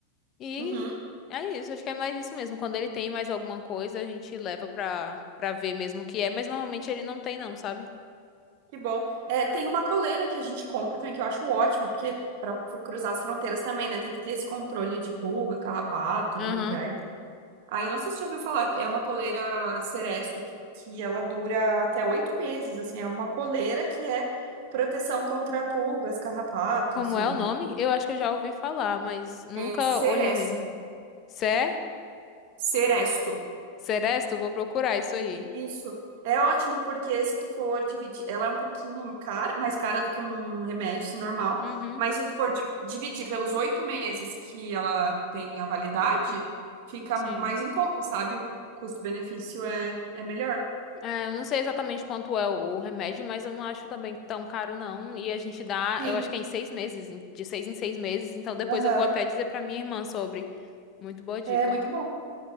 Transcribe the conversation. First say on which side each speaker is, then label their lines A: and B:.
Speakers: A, on the left (about 30°); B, on the right (about 50°).
A: E
B: uhum.
A: é isso, acho que é mais isso mesmo. Quando ele tem mais alguma coisa, a gente leva pra, pra ver mesmo o que é, mas normalmente ele não tem, não, sabe?
B: Que bom. É, tem uma coleira que a gente compra também, que eu acho ótima, porque para cruzar as fronteiras também, né? Tem que ter esse controle de pulga, carrapato
A: Aham.
B: e verme. Aí, eu não sei se você já ouviu falar, é uma coleira Seresto, que, que ela dura até oito meses, assim. É uma coleira que é proteção contra pulgas, carrapatos
A: Como
B: e...
A: é o nome? Eu acho que eu já ouvi falar, mas nunca
B: É Seresto.
A: olhei mesmo. Cé?
B: Seresto.
A: Seresto? Vou procurar isso aí.
B: Isso. É ótimo porque se tu for dividir, ela é um pouquinho cara, mais cara do que um remédio assim, normal,
A: Uhum,
B: mas se tu for di- dividir pelos oito meses que ela tem a validade, fica
A: sim.
B: mais em conta, sabe? O custo-benefício é, é melhor.
A: É, eu não sei exatamente quanto é o, o remédio, mas eu não acho também tão caro, não. E a gente dá,
B: Sim.
A: eu acho que é em seis meses, em- de seis em seis meses. Então depois
B: Aham.
A: eu vou até dizer pra minha irmã sobre. Muito boa dica.
B: É muito bom.